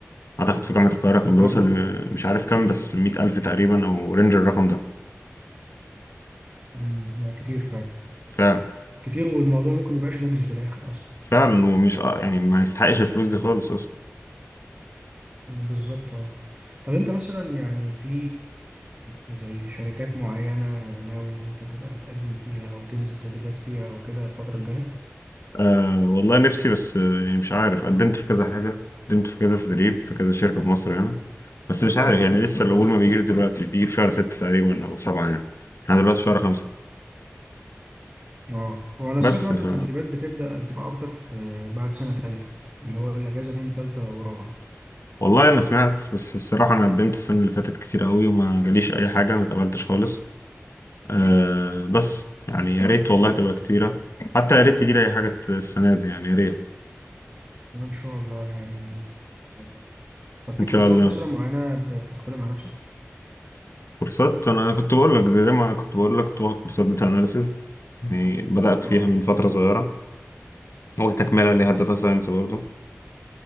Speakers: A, on the left (about 65°); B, on the right (about 30°).
A: اعتقد في جامعة القاهرة كان
B: برضه؟
A: بيوصل ل- مش عارف كام بس مئة الف تقريبا او رينج الرقم ده
B: أمم، لا كتير فعلا
A: فعلا
B: كتير والموضوع ممكن ميبقاش مجزي في الآخر أصلا
A: فعلا ومش آه، يعني ما يستحقش الفلوس دي خالص اصلا
B: بالظبط اه طب أنت مثلا يعني في زي شركات معينة ناوي إن أنت تبقى بتقدم فيها أو تنزل تدريبات فيها أو كده الفترة الجاية؟
A: أه والله نفسي بس آه، يعني مش عارف قدمت في كذا حاجة قدمت في كذا تدريب في كذا شركة في مصر هنا بس مش عارف يعني لسه القبول
B: اه
A: ما بيجيش دلوقتي بيجي في شهر ستة تقريبا او سبعة يعني احنا دلوقتي في شهر خمسة
B: اه وأنا
A: بس
B: سمعت برضو
A: ف...
B: التدريبات بتبدأ بتبقى أكتر في بعد سنة تالتة اللي هو الأجازة بين تالتة ورابعة
A: والله انا سمعت بس الصراحة انا قدمت السنة اللي فاتت كتير قوي وما جاليش اي حاجة ما اتقبلتش خالص أه بس يعني يا ريت والله تبقى كتيرة حتى يا ريت تجي لي أي حاجة ت- السنة دي يعني يا ريت
B: إن شاء الله يعني بإذن الله طب في
A: إن
B: كورسات
A: شاء الله
B: مثلا معينة ب- بتاخدها مع نفسك؟
A: كورسات أنا كنت بقول لك زي ما كنت بقول لك كنت باخد كورسات داتا أناليسيز يعني بدأت
B: اه
A: فيها من فترة صغيرة هو تكملة ليها
B: اه
A: داتا ساينس برضه